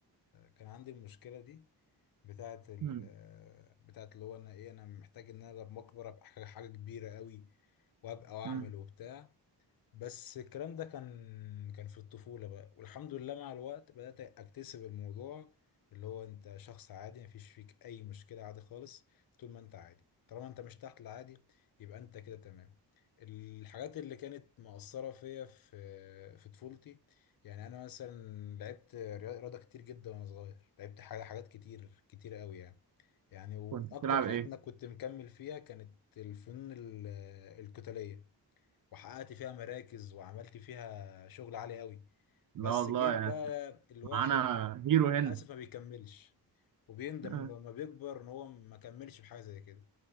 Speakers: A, on the left; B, on the right.
A: كان عندي المشكله دي بتاعه ال...
B: مم،
A: بتاعه اللي هو انا ايه انا محتاج ان انا لما اكبر ابقى حاجه حاجة كبيره قوي وابقى واعمل
B: مم.
A: وبتاع بس الكلام ده كان كان في الطفولة بقى والحمد لله مع الوقت بدأت أكتسب الموضوع اللي هو أنت شخص عادي مفيش فيك أي مشكلة عادي خالص طول ما أنت عادي طالما أنت مش تحت العادي يبقى أنت كده تمام الحاجات اللي كانت مؤثرة فيا في في طفولتي يعني أنا مثلا لعبت رياض- رياضة كتير جدا وأنا صغير لعبت حاجة حاجات كتير كتير قوي يعني يعني وأكتر
B: كنت بتلعب
A: الحاجات
B: ايه؟
A: اللي أنا كنت مكمل فيها كانت الفنون ال- القتالية وحققت فيها مراكز وعملت فيها شغل عالي قوي
B: لا
A: بس
B: والله
A: جيت
B: يعني
A: بقى الواحد
B: معانا هيرو هنا
A: للأسف ما بيكملش وبيندم
B: آه،
A: انه لما بيكبر ان هو ما كملش في حاجة زي كده